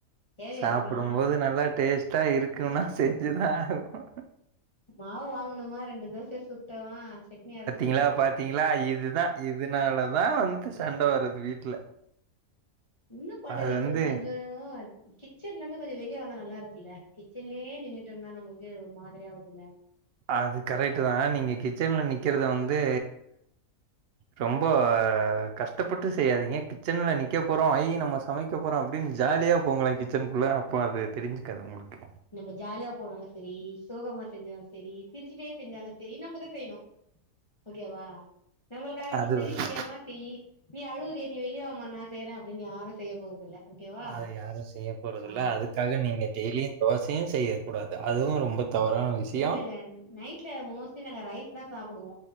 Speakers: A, on the left; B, on the right.
A: தேவையா
B: சாப்டும்போது
A: இதெல்லா
B: நல்லா டேஸ்ட்டா இருக்குனா
A: ம்
B: செஞ்சுதா ஆகனு
A: மாவு வாங்கணுமா ரெண்டு தோசைய சுட்டமா சட்னி அரச்சமோ
B: பாத்திங்ளா பாத்திங்ளா இதுதா இததுனாலதா வந்து சண்ட வர்றது வீட்ல
A: என்ன பண்றது
B: அது
A: எங்ளுக்கு
B: வந்து
A: கொஞ்சோ கிச்சன்லந்து கொஞ்சோ வெளியே வந்தா நல்லா இருக்குல்ல கிச்சன்லியே நின்னுட்டு இருந்தா நம்ளுக்கு ஒரு மாதிரியா ஆவுதுல்ல
B: அது கரெக்ட்தா நீங்க கிச்சன்ல நிக்றத வந்து ரொம்ப கஷ்டப்பட்டு செய்யாதிங்க கிச்சன்ல நிக்க போறோ ஐ நம்ம ச மைக்க போறோ அப்டின்னு ஜாலியாக போங்கலே கிச்சன்க்குள்ள அப்போ அது தெரிஞ்சுக்காது உங்ளுக்கு
A: நீங்க ஜாலியா போனோலு சரி சோகமா செஞ்சாலு சரி சிரிச்சுட்டே செஞ்சாலு சரி நம்மதா செய்ணு ஓகேவா நம்மளுக்காக நீ
B: அது
A: சிரிகிரியேமே
B: வந்து
A: சிரி நீ அழுகுறியே நீ வெளியவாமா நா செய்றே அப்டின்னு யாரு செய்ய போறதில்ல ஓகேவா
B: அது யாரு செய்யபோறதில்ல
A: ஆ
B: அதுக்காக நீங்க டெய்லியு தோசையு செய்யக்கூடாது அதுவு ரொம்ப தவறான விஷயம்.
A: இல்ல இல்ல நைட்ல மோஸ்லி நாங்க ரைஸ்தா சாப்புடுவோ